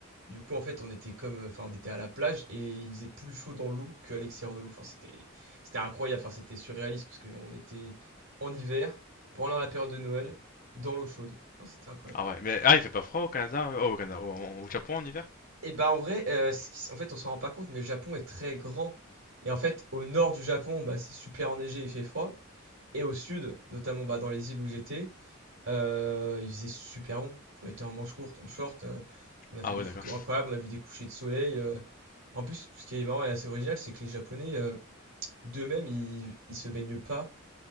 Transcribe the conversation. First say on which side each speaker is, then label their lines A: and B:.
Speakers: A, on the right; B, on the left.
A: Du coup en fait on était comme, euh, enfin on était à la plage et il faisait plus chaud dans l'eau qu'à l'extérieur de l'eau. Enfin c'était c'était incroyable, enfin c'était surréaliste parce qu'on était en hiver pendant la période de Noël dans l'eau chaude. Enfin, c'était incroyable.
B: Ah ouais, mais ah, il fait pas froid au Canada, euh, oh, au Canada, au, en- au Japon en hiver?
A: Et bah en vrai, euh, ce qui- en fait, on s'en rend pas compte, mais le Japon est très grand. Et en fait, au nord du Japon, bah, c'est super enneigé, il fait froid. Et au sud, notamment bah, dans les îles où j'étais, euh, il faisait super bon. On était en manche courte, en short, euh, on a fait
B: Ah
A: des
B: ouais,
A: photos
B: d'accord.
A: incroyables, on a vu des couchers de soleil. euh. En plus, ce qui est marrant et assez original, c'est que les Japonais, euh, d'eux-mêmes, ils, ils se baignent pas